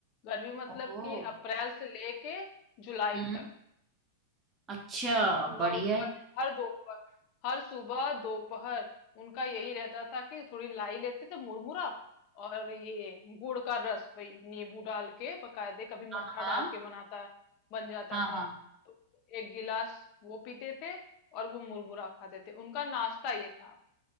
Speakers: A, on the left; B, on the right.
A: गर्मी मतलब
B: ओ
A: कि अप्रैल से लेके जुलाई
B: हम्म
A: तक
B: अच्छा
A: पूरा
B: बढ़िया
A: उसका
B: है।
A: हर दोपहर हर सुबह दोपहर उनका यही रहता था कि थोड़ी लाई लेते थे मुरमुरा और ये गुड़ का रस वही नींबू डाल के बकायदे कभी
B: हाँ
A: मट्ठा
B: हाँ
A: डाल के बनाता बन जाता
B: हाँ
A: था
B: हाँ
A: तो एक गिलास वो पीते थे और वो मुरमुरा खाते थे उनका नाश्ता ये था